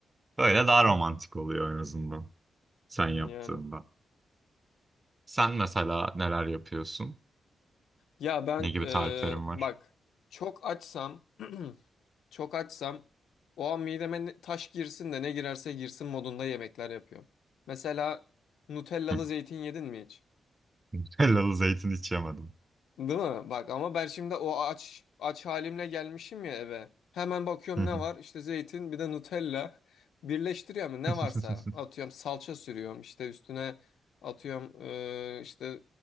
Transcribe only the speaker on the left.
Yani.
Ya ben
e,
bak çok açsam <clears throat> çok açsam o an mideme ne- taş girsin de ne girerse girsin modunda yemekler yapıyorum. Mesela Nutellalı
zeytin yedin mi hiç?
Değil mi? Bak ama ben şimdi o aç aç halimle gelmişim ya eve. Hemen bakıyorum
ne var? İşte zeytin bir de Nutella. <laughs> Birleştiriyorum ne
varsa. Atıyorum salça sürüyorum işte üstüne atıyorum eee, işte